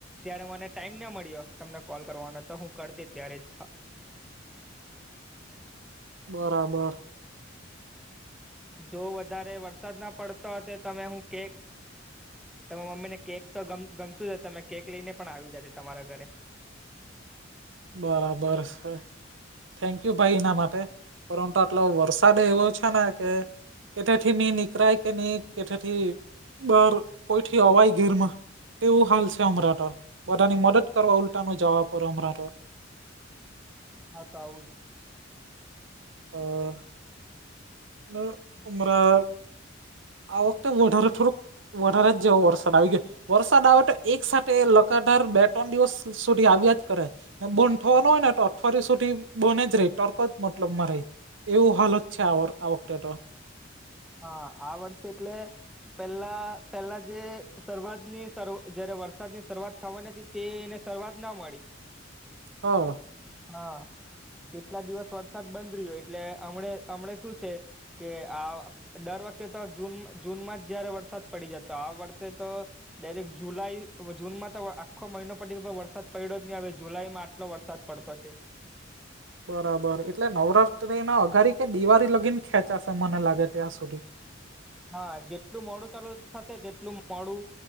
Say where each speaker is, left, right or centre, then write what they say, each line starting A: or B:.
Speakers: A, in the centre; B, on the right.
A: ત્યારે મને ટાઈમ ના મળ્યો તમને કોલ કરવાનો તો હું કરતે ત્યારે જ
B: બરાબર
A: જો વધારે વરસાદ ના પડતો હતે તો મે હું કે તમારા મમ્મી ને કેક તો ગમતુંજ હશે તમે કેક લઈને પણ આવી જજો તમારા ઘરે.
B: બરાબર સર થેન્કયુ ભાઈ એના માટે પરંતુ આટલા વર્ષો વરસાદ એવો છે ને કે કેઠથી નહી નીકરાય કે નહી કેઠથી બાર કોઈથી અવાય ઘેરમાં તેવું હાલ છે હમણાં તો બધાની મદદ કરવા ઉલટા નું જવા પડે અમરા તો
A: હા તો આવું જ
B: અ હમણાં
A: જ
B: આ વખતે વધારે થોડુંક વધારે જેવો જ વરસાદ આવી ગયો. વરસાદ આવે તો એક સાથે લગાદાર બે ત્રણ દિવસ સુધી આવ્યા જ કરે. ને બંધ થવાનો હોય ને તો અઠવાડીયા સુધી બન જ રહી ટર્ક જ મતલબમાં રે. એવું હાલત છે આ વર વખતે તો.
A: હા આ વર્ષ એટલે પેલા પેલા જે શરૂઆતની શરૂ જયારે વરસાદની શરૂઆત થવાની હતી તે એને શરૂઆત ના મળી.
B: હા
A: હા તેટલા દિવસ વરસાદ બંધ રહ્યો. એટલે હમણે હમણા શું છે કે આ દર વખતે તો જૂન જૂનમાં જ જયારે વરસાદ પડી જતો. આ વર્ષે તો ડાયરેક્ટ જુલાઈ હવે જૂનમાં તો આખો મહિનો પટી ગયો વરસાદ પડ્યો જ નહી. હવે જુલાઈમાં આટલો વરસાદ પડતો છે.
B: બરાબર. એટલે નવરાત્રીના અગારી કે દિવાળી લગીને ખેંચાશે મને લાગે ત્યાં સુધી.
A: હા જેટલું મોડું ચાલુ થશે તેટલું મોડું